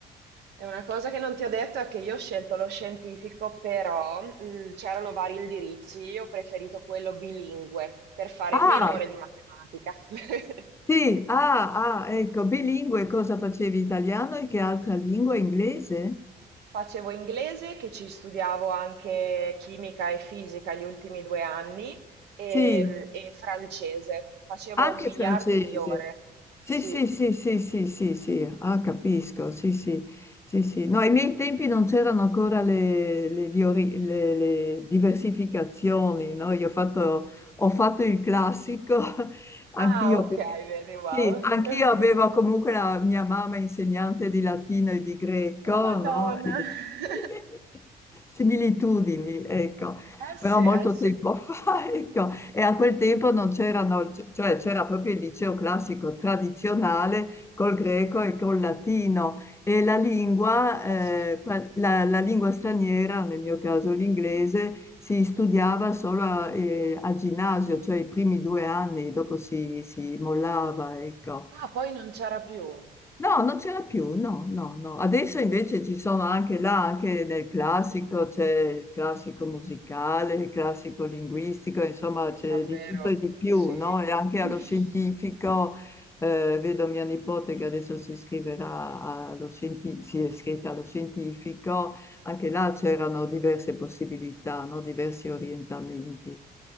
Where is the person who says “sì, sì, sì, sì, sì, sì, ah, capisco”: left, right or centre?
Left